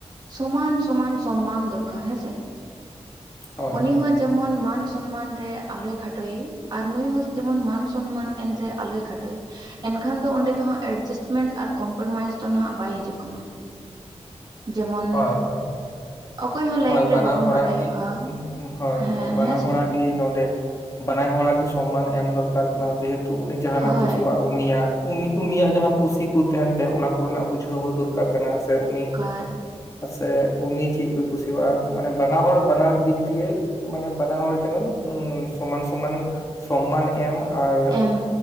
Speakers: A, on the right; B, on the left.
A: ᱥᱚᱢᱟᱱ ᱥᱚᱢᱟᱱ ᱥᱚᱱᱢᱟᱱ ᱫᱚᱨᱠᱟᱨ ᱦᱮᱸᱥᱮ
B: ᱦᱳᱭ
A: ᱩᱱᱤ
B: ᱦᱳᱭ
A: ᱦᱚᱸ ᱡᱮᱢᱚᱱ ᱢᱟᱱ ᱥᱚᱱᱢᱟᱱ ᱨᱮ ᱟᱞᱚᱭ ᱠᱷᱟᱴᱚᱭᱮ ᱟᱨ ᱱᱩᱭ ᱦᱚᱸ ᱡᱮᱢᱚᱱ ᱢᱟᱱ ᱥᱚᱱᱢᱟᱱ ᱮᱱ ᱨᱮ ᱟᱞᱚᱭ ᱠᱷᱟᱴᱚᱭ ᱮᱱᱠᱷᱟᱱ ᱫᱚ ᱚᱸᱰᱮ ᱫᱚᱦᱟᱸᱜ ᱮᱰᱡᱟᱥᱴᱢᱮᱱᱴ ᱟᱨ ᱠᱚᱢᱯᱨᱚᱢᱟᱭᱤᱡᱽ ᱫᱚ ᱱᱟᱦᱜ ᱵᱟᱭ ᱦᱤᱡᱩᱜ ᱠᱟᱱᱟ ᱡᱮᱢᱚᱱ
B: ᱦᱳᱭ ᱦᱳᱭ
A: ᱚᱠᱚᱭ ᱦᱚᱸ ᱞᱟᱭᱤᱯᱷ
B: ᱦᱳᱭ ᱵᱟᱱᱟ
A: ᱨᱮ ᱵᱟᱵᱚᱱ
B: ᱦᱚᱲᱟᱜ
A: ᱵᱟᱰᱟᱭᱚᱜᱼᱟ
B: ᱜᱮ ᱦᱳᱭ
A: ᱦᱮᱸ
B: ᱦᱳᱭ ᱵᱟᱱᱟ
A: ᱦᱮᱸᱥᱮ
B: ᱦᱚᱲᱟᱜ ᱜᱮ ᱱᱚᱰᱮ ᱵᱟᱱᱟᱭ ᱦᱚᱲᱟᱜ ᱜᱮ ᱥᱚᱢᱢᱟᱱ ᱮᱢ ᱫᱚᱨᱠᱟᱨ ᱡᱮᱦᱮᱛᱩ ᱩᱱᱤ ᱡᱟᱦᱟᱱᱟᱜ
A: ᱦᱳᱭ
B: ᱠᱩᱥᱤᱼᱟ ᱩᱱᱤᱭᱟᱜ ᱩᱱᱤ ᱩᱱᱤᱭᱟᱜ ᱡᱟᱦᱟᱸ ᱠᱩᱥᱤ ᱠᱚ ᱛᱟᱦᱮᱱ ᱛᱮ ᱚᱱᱟ ᱠᱚᱱᱟᱜ ᱵᱩᱡᱷᱟᱹᱣ ᱦᱚᱸ ᱫᱚᱨᱠᱟᱨ ᱠᱟᱱᱟ ᱥᱮ ᱩᱱᱤ
A: ᱟᱨ
B: ᱥᱮ ᱩᱱᱤ ᱪᱮᱫ ᱠᱚᱭ ᱠᱩᱥᱤᱟᱜᱼᱟ ᱢᱟᱱᱮ ᱵᱟᱱᱟ ᱦᱚᱲᱚᱲ ᱵᱟᱱᱟᱨ ᱫᱤᱠᱜᱤᱭᱟ ᱢᱟᱱᱮ ᱵᱟᱱᱟ ᱦᱚᱲ ᱡᱮᱱᱚ ᱩ ᱥᱚᱢᱟᱱ ᱥᱚᱢᱟᱱ ᱥᱚᱢᱢᱟᱱ ᱮᱢ ᱟᱨ
A: ᱮᱢ